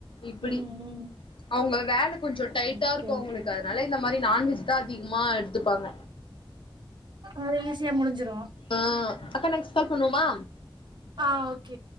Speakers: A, on the left; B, on the right.
A: இப்டி
B: ம் ம்
A: அவங்க வேல கொஞ்சொ டைட்டா
B: ஓகே
A: இருக்கூ அவங்களுக்கு
B: ஓகே
A: அதனால இந்த மாரி நான்வெஜ் தா அதிகமா எடுத்துப்பாங்க
B: அது ஈஸியா முடிஞ்சிரூ
A: ஆ அக்கா நெக்ஸ்ட் கால் பண்ணுவேமா
B: ஆ ஓகே